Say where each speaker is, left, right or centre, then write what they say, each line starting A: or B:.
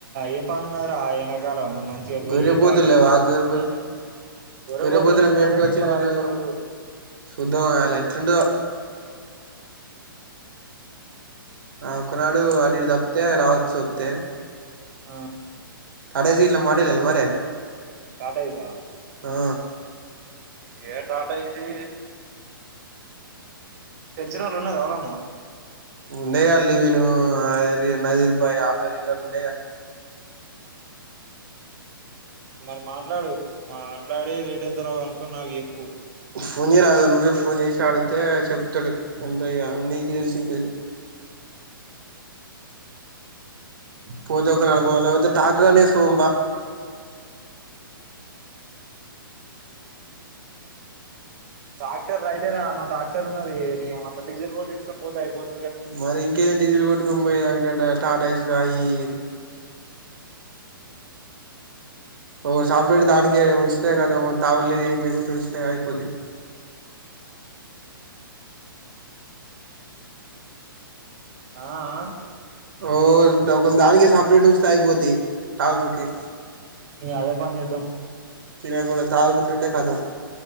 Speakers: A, on the right; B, on the right.
A: ఏం పని ఉన్నాదిరా ఆ ఎండాకాలం మంచిగా పోయి
B: గొర్రె పోతులు
A: పార్టీ
B: లేవా
A: చేసుకొని
B: గొర్రె
A: వత్తాను అంటే గోరే
B: గొర్రె
A: పోతులు
B: పోతులను
A: మీ
B: మేపుకొచ్చేటోళ్ళు
A: అయ్యకు చెపరాదు ఒక రోజు
B: చూద్దాం అలా ఎట్లా ఉంటాదో ఆ ఒకనాడు అటు ఇటు తప్పితే రావచ్చు వస్తే
A: ఆ
B: కాలేజీలో మాటేలెలా మరి
A: కాట ఎశా
B: ఆ
A: ఏ టాటా ఎసి తెలిసిన వాళ్ళు ఉన్నారు ఎవళన్నా
B: ఉండేగా లెవిను అ నాజీర్ బాయ్ ఆల్ ఆలు ఆలు ఉండేగా
A: మరి మాట్లాడు మాట్లాడి రేట్ ఎంతనో కునుకొని నాకు చెప్పు
B: ఫోనే చేయి రాదు నువ్వే ఫోన్ చేసి అడిగితే చెప్తాడు ఎంతయ్యా నీకు తెలిసిది అది పోతే ఒకేలా నను పాలో అయితే టాక్టర్ అన్న ఎసుకు పోద్దాం పా
A: ట్రాక్టర్ రైటేరా మా ట్రాక్టర్ ఉన్నది నీ యమ అందులో డిజల్ కోట్టిచ్చుకొని పోతే అయిపోత
B: మరి ఇంకే డీజిల్ కొట్టుకొని పోయే దానికంట టాటా ఎసి అయి ఇయి ఒక సాఫేడ్ దానికే ఉంచితే కదా తాగుడు లేదు ఎమి లేకుండా ఉంచితే నే కొది
A: ఆఆ
B: ఓల్ ఒకల్ దానికే సపరేట్ ఉంచితే అయిపోద్ది ట్రాక్టర్ కి
A: అదే పని చేద్దాం
B: తినేకుండా తాగుకుంటు ఉంటే కథం